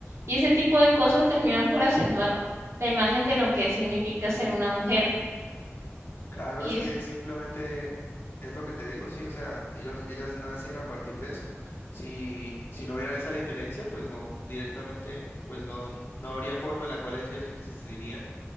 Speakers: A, on the right; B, on the left.
A: Y ese tipo de cosas terminan por acentuar la imagen de lo que significa ser una mujer.
B: Claro,
A: Y
B: es que
A: es
B: simplemente es lo que te digo, sí, o sea, ellos, ellas nacen a partir de eso. Si, si no hubiera esa diferencia, pues no, directamente, pues no, no habría forma en la cual ellas existirían